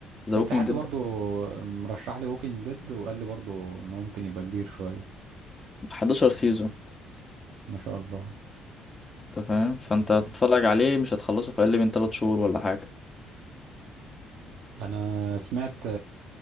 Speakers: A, on the left; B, on the right.
A: ذا
B: كان
A: ووكينج
B: في حد
A: ديد
B: برضو مرشح لي ووكينج ديد وقال لي برضو ان هو ممكن يبقى كبير شوية
A: 11 سيزون
B: ما شاء الله
A: أنت فاهم فأنت هتتفرج عليه مش هتخلصه في أقل من 3 شهور ولا حاجة
B: انا سمعت